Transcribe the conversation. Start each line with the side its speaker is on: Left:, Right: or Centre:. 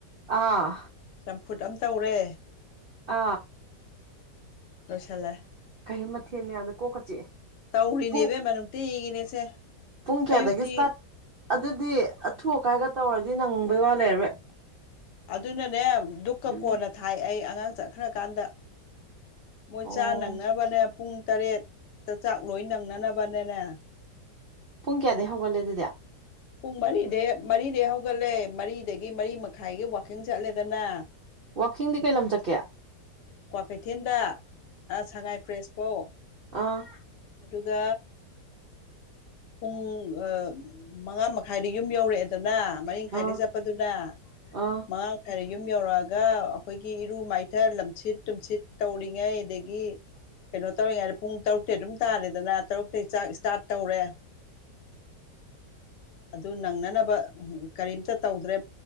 Right: ꯑꯥ
Left: ꯆꯝꯐꯨꯠ ꯑꯃꯝ ꯇꯧꯔꯦ
Right: ꯑ
Left: ꯂꯣꯏꯁꯜꯂꯦ
Right: ꯀꯩꯅ‌ꯣ ꯃꯊꯦꯟ ꯌꯥꯝꯗ‌ꯣ ꯀꯣꯛꯀ ꯆꯤꯛꯑꯦ
Left: ꯇꯧꯔꯤꯅꯦ
Right: ꯄꯨꯡ
Left: ꯏꯕꯤꯝꯃ ꯅꯨꯡꯇꯤꯒꯤ ꯅ‌ꯦ ꯁ‌ꯦ
Right: ꯄꯨꯡ ꯀꯌꯥꯗꯒꯤ
Left: ꯑꯌꯨꯛꯇꯤ
Right: ꯏꯁꯇꯥꯔꯠ ꯑꯗꯨꯗꯤ ꯑꯊꯨ ꯑꯀꯥꯏꯒ ꯇꯧꯔꯗꯤ ꯅꯪꯕꯩ ꯋꯥ ꯂꯩꯔꯔꯣꯏ
Left: ꯑꯗꯨꯅꯅꯦ ꯗꯨꯛꯀ
Right: ꯎꯝ
Left: ꯀꯣꯟꯅ ꯊꯥꯏ ꯑꯩ ꯑꯉꯥꯡ ꯆꯠꯈ꯭ꯔꯀꯥꯟꯗ ꯃꯣꯏ
Right: ꯑꯣ
Left: ꯆꯥ ꯅꯪꯅꯕꯅꯦ ꯄꯨꯡ ꯇꯔꯦꯠꯇ ꯆꯥꯛ ꯂꯣꯏ ꯅꯪꯅꯅꯕꯅꯦꯅꯦ
Right: ꯄꯨꯡ ꯀꯌꯥꯗꯩ ꯍꯧꯒꯠꯂꯦ ꯑꯗꯨꯗꯤ
Left: ꯄꯨꯡ ꯃꯔꯤꯗꯩ ꯃꯔꯤꯗꯩ ꯍꯧꯒꯠꯂꯦ ꯃꯔꯤꯗꯒꯤ ꯃꯔꯤ ꯃꯈꯥꯏꯒꯤ ꯋꯥꯛꯀꯤꯡ ꯆꯠꯂꯦꯗꯅ
Right: ꯋꯥꯛꯀꯤꯡꯗꯤ ꯀꯩ ꯂꯝ ꯆꯠꯀꯦ
Left: ꯀ꯭ꯋꯥꯀꯩꯊꯦꯜꯗ ꯁꯉꯥꯏ ꯑ ꯄ꯭ꯔꯦꯁ ꯐꯧ
Right: ꯑꯥ
Left: ꯑꯗꯨꯒ ꯄꯨꯡ ꯑ ꯃꯉꯥ ꯃꯈꯥꯏꯗ ꯌꯨꯝ ꯌꯧꯔꯛꯑꯦꯗꯅ ꯃꯔꯤ ꯃꯈꯥꯏꯗꯩ
Right: ꯑꯥ
Left: ꯆꯠꯄꯗꯨꯅ
Right: ꯑꯥ
Left: ꯃꯉꯥ ꯍꯥꯏꯔ ꯌꯨꯝ ꯌꯧꯔꯛꯑꯒ ꯑꯩꯈꯣꯏꯒꯤ ꯏꯔꯨ ꯃꯥꯏꯊ ꯂꯝꯁꯤꯠ ꯇꯨꯝꯁꯤꯠ ꯇꯧꯔꯤꯉꯩ ꯑꯗꯒꯤ ꯀꯩꯅꯣ ꯇꯧꯔꯤꯉꯩꯗ ꯄꯨꯡ ꯇꯔꯨꯛꯇꯤ ꯑꯗꯨꯝ ꯇꯥꯔꯦꯗꯅ ꯇꯔꯨꯛꯇꯒꯤ ꯆꯥꯛ ꯏꯁꯇꯥꯔꯠ ꯇꯧꯔꯦ ꯑꯗꯨ ꯅꯪꯅꯅꯕ ꯀꯔꯤꯝꯇ ꯇꯧꯗ꯭ꯔꯦ